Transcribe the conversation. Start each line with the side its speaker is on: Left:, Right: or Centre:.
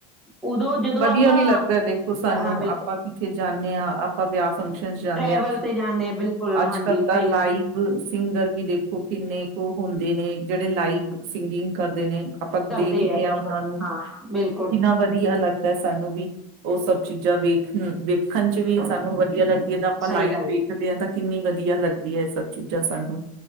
Centre: ਉਦੋਂ ਜਦੋਂ
Right: ਵਧੀਆ
Centre: ਆਪਾਂ
Right: ਵੀ ਲੱਗਦਾ ਦੇਖੋ ਸਾਨੂੰ
Centre: ਹਾਂ ਬਿਲਕੁਲ
Right: ਆਪਾਂ ਪਿੱਛੇ ਜਾਂਦੇ ਹਾਂ ਆਪਾਂ ਵਿਆਹ ਫੰਕਸ਼ਨ ਜਾਂਦੇ
Centre: ਟਰੈਵਲ
Right: ਆ
Centre: ਤੇ ਜਾਂਦੇ ਆ ਬਿਲਕੁਲ
Right: ਅੱਜ
Centre: ਹਾਂਜੀ
Right: ਕੱਲ
Centre: ਸਹੀ
Right: ਤਾਂ ਲਾਈਵ
Centre: ਗੱਲ
Right: ਸਿੰਗਰ ਵੀ ਦੇਖੋ ਕਿੰਨੇ ਕੁ ਉਹ ਹੁੰ, ਨੇ ਜਿਹੜੇ ਲਾਈਵ ਸਿੰਗਿੰਗ ਕਰਦੇ ਨੇ। ਆਪਾਂ
Centre: ਕਰਦੇ
Right: ਦੇਖਦੇ
Centre: ਆ ਬਿਲਕੁਲ
Right: ਹਾਂ ਉਹਨਾਂ ਨੂੰ
Centre: ਹਾਂ ਬਿਲਕੁਲ
Right: ਕਿੰਨਾ ਵਧੀਆ ਲੱਗ ਸਾਨੂੰ ਵੀ ਉਹ ਸਭ ਚੀਜ਼ਾਂ ਵੇਖ ਵੇਖਣ ਚ ਵੀ ਸਾਨੂੰ ਵਧੀਆ ਲੱਗੀ ਹੈ। ਤਾਂ ਆਪਾਂ
Centre: ਸਹੀ
Right: ਲਾਈਵ
Centre: ਗੱਲ
Right: ਵੇਖਦੇ ਹਾਂ। ਤਾਂ ਕਿੰਨੀ ਵਧੀਆ ਲੱਗਦੀ ਹੈ। ਇਹ ਸਭ ਚੀਜ਼ਾਂ ਸਾਨੂੰ।